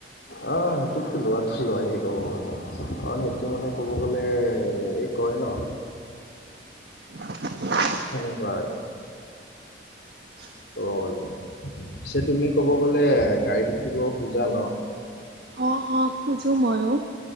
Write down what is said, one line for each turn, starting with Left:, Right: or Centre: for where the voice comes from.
Left: আহ সেইটোতো লোৱাটো লৈয়ে, ক'ব গ'লে, কাৰণ সেইটো মানে ক'ব গ'লে এই কয়নো।
Right: <unintelligible>
Left: এনেকুৱা আৰু
Right: <unintelligible>
Left: ক'ব গ'লে পিছে তুমি ক'ব গ'লে গাড়ী শিকিব খোজা ন।
Right: অ' অ' খোজোঁ মইয়ো।